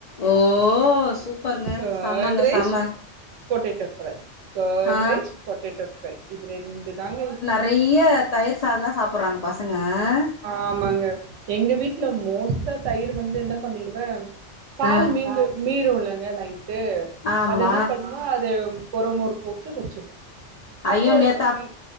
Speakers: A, on the left (about 65°); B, on the right (about 75°).
A: ஓ சூப்பருங்க
B: கேர்ட்
A: செம்மங்க
B: ரைஸ்
A: செம்ம
B: பொட்டேட்டோ ஃப்ரை கேர்ட்
A: ஆ
B: ரைஸ் பொட்டேட்டோ ஃப்ரை இது ரெண்டு தாங்க
A: றைய தயிர் சாதோந்தா சாப்புட்றாங்க பசங்க ஆ
B: ஆமாங்க எங்க வீட்ல மோஸ்ட்டா தயிரு வந்து என்ன பண்ணிடுவ பால்
A: ஆ
B: மீந்து மீறூலங்க நைட்டு
A: ஆமா
B: அத என்ன பண் வ அது ஒர மோர் போட்டு வச்சிருவே அப்போ
A: ஐயோ நேத்து
B: எனக்கி
A: அப்